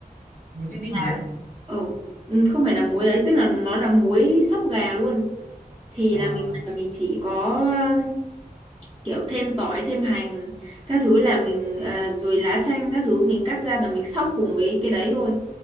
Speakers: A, on the right; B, on the right.
A: muối Tây Ninh
B: à
A: gì á
B: Ừ, ừ, không phải là muối ấy tức là nó là muối sóc gà luôn thì
A: à
B: là mình là mình chỉ có ờ, kiểu thêm tỏi thêm hành các thứ là mình ờ, rồi lá chanh các thứ mình cắt ra là mình xóc cùng với cái đấy thôi